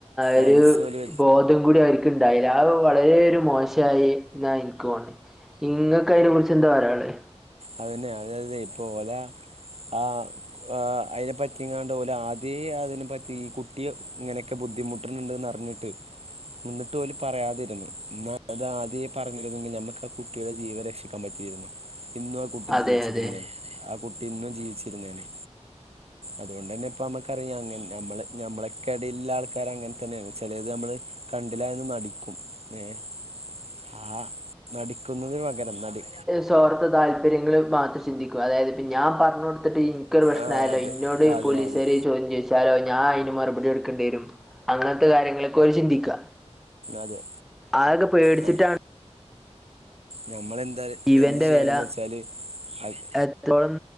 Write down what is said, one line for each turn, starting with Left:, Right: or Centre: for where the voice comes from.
Centre: ഒരു
Right: മനസ്സൊരു
Centre: ബോധം കൂടി ആവരിക്ക് ഉണ്ടായില്ല, അതു വളരെയൊരു മോശമായി എന്നാ എനിക്കു തോന്നി. നിങ്ങൾക്കതിനെ കുറിച്ച് എന്താ പറയാനുള്ളേ
Right: അതുതന്നെ യതു തന്നെയിപ്പോ ഒരാൾ ആഹ് ആഹ് അതിനെ പറ്റിയെങ്ങാണ്ട് പോലെ ആദ്യമേയതിനെ പറ്റി ഈ കുട്ടി ഇങ്ങനെയൊക്കെ ബുദ്ധിമുട്ടുന്നുണ്ടെന്നറിഞ്ഞിട്ട്. എന്നിട്ടുമിവര് പറയാതിരുന്നു എന്നാലാദ്യമേ പറഞ്ഞിരുന്നെങ്കിൽ നമുക്കാകുട്ടിയുടെ ജീവൻരക്ഷിക്കാൻ പറ്റിയിരുന്നു ഇന്നുമാകുട്ടി
Centre: അതെ
Right: ജീവിച്ചിരുന്നേനെ,
Centre: അതെ
Right: ആഹ് കുട്ടി ഇന്നും ജീവിച്ചിരുന്നേനെ അതുകൊണ്ടുതന്നെ ഇപ്പ നമ്മുക്കറിയാമെന്നേ, ഞമ്മള് നമ്മളൊക്കെയട യിലുള്ള ആൾക്കാരങ്ങനെ തന്നെയാണ് ചിലതു നമ്മള് കണ്ട്ല്ലായെന്ന് നടിക്കും ഏഹ് ആഹ് നടിക്കുന്നതിന് പകരം നടി
Centre: സ്വാർത്ത താല്പര്യങ്ങൾ മാത്രം ചിന്തിക്കും അതായത് ഇപ്പം ഞാൻ പറഞ്ഞു കൊട്ത്തിട്ട് ഈ ക്കൊര് പ്രശ്നായാലും
Right: ആ അതെ
Centre: ഇന്നോട്
Right: അതെ
Centre: പോലീസാര്
Right: അതെ
Centre: ചോദ്യം ചോയ് ച്ചലോ ഞാൻ അയിന് മറുപടി കൊടുക്കേണ്ടി വരും അങ്ങൻത്തെ കാര്യങ്ങളൊക്കെ ഓല് ചിന്തിക്കാ
Right: അതെ
Centre: അതൊക്കെ പേടിച്ചിട്ടാണ്
Right: നം ഞമ്മളെന്താ
Centre: ജീവന്റെ
Right: എന്ത് ചെയ്യണംന്ന്
Centre: വെല
Right: വെച്ചാല് അത്
Centre: എത്രത്തോളം